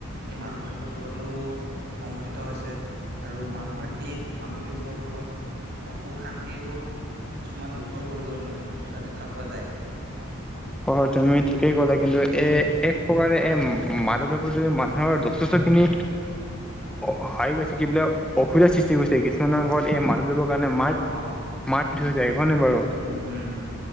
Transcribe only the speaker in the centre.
হয়, তুমি ঠিকেই ক'লা, কিন্তু এ এক প্ৰকাৰে এ মাদক দ্ৰব্যই তুমি মানুহৰ যথেষ্টখিনি অ', হাৰি গৈছে কি বোলে অসুবিধা সৃষ্টি কৰিছে কিছুমানৰ ঘৰত এই মাদক দ্ৰব্য কাৰণে মাৰ,
মাৰ পিঠ
হৈ যায় হয় নে বাৰু